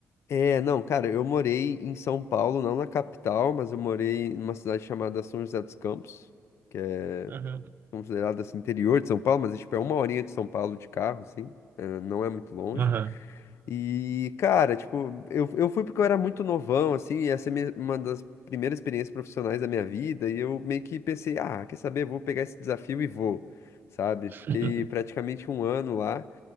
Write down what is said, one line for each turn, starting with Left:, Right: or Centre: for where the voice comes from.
Left: É, não, cara, eu morei em São Paulo, não na capital, mas eu morei numa cidade chamada São José dos Campos, que é
Right: Aham,
Left: considerada assim interior de São Paulo, mas é, tipo é uma horinha de São Paulo de carro, assim, é, não é muito longe.
Right: aham.
Left: E, cara, tipo, eu, eu fui porque eu era muito novão, assim, e essa é minha- uma das primeiras experiências profissionais da minha vida, e eu meio que pensei, ah, quer saber, vou pegar esse desafio e vou, sabe?
Right: <laughs>
Left: Fiquei praticamente um ano lá.